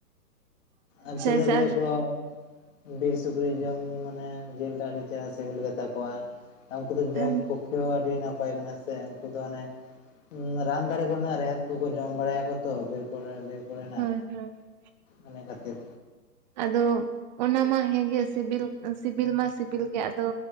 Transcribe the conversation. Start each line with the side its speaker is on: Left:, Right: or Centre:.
Left: ᱟᱨᱪᱮᱫᱮ
Right: ᱟᱪᱪᱷᱟ
Left: ᱞᱟᱹᱭᱟᱠᱚ-ᱼ ᱵᱤᱨ ᱥᱩᱠᱨᱤ ᱡᱚᱢ ᱢᱟᱱᱮ ᱡᱤᱞ ᱴᱟᱜ ᱟᱹᱰᱤ ᱪᱮᱦᱮᱨᱟ ᱥᱤᱵᱤᱞ ᱜᱮ ᱛᱟᱠᱚᱣᱟ ᱟ ᱩᱝᱠᱩ ᱫᱚ ᱡᱚᱢ
Right: ᱟᱨ
Left: ᱯᱚᱠᱷ ᱠᱮ ᱦᱚᱸ ᱟᱹᱰᱤ ᱱᱟᱯᱟᱭ ᱠᱟᱱᱟ ᱥᱮ ᱩᱝᱠᱩ ᱫᱚ ᱚᱱᱮ ᱨᱟᱱ ᱫᱷᱟᱨᱮ ᱠᱚᱨᱱᱟ ᱨᱮᱦᱮᱫ ᱠᱚᱠᱚ ᱡᱚᱢ ᱵᱟᱲᱟᱭᱟᱠᱚ ᱛᱚ ᱵᱤᱨ ᱠᱚᱨᱮ ᱵᱤᱨ ᱠᱚᱨᱮᱱᱟᱜ
Right: <unintelligible>
Left: ᱤᱱᱟ ᱠᱷᱟᱹᱛᱤᱨ
Right: ᱟᱫᱚ ᱚᱱᱟ ᱢᱟ ᱦᱮᱸᱜᱮ ᱥᱤᱵᱤᱞ ᱥᱤᱵᱤᱞ ᱢᱟ ᱥᱤᱵᱤᱞ ᱜᱮ ᱟᱫᱚ